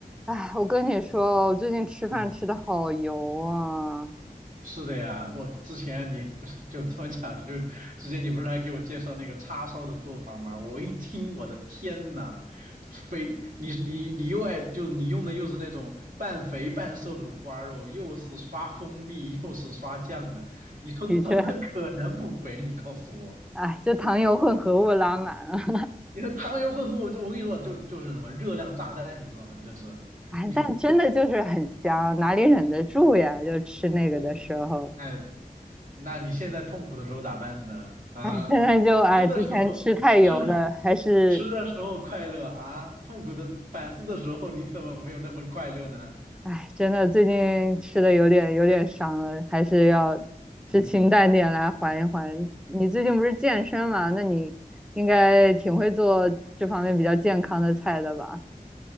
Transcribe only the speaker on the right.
嗯嗯，是的呀，我之前你不是就这么讲，就之前你不是还给我介绍那个叉烧的做法吗？我一听，我的天呐，肥，你你你又爱就你用的又是那种半肥半瘦的五花肉，又是刷蜂蜜，又是刷酱的，你说怎么可能不肥？
你告诉我，
你说糖油混合物，就我跟你说，就就是什么热量炸弹，你知道吗？你这是你
我哎，那你现在痛苦的时候咋办呢？啊，
吃的时候。
吃。
吃的时候快乐啊，痛苦的反思的时候，你怎么没有那份快乐呢？
嗯嗯，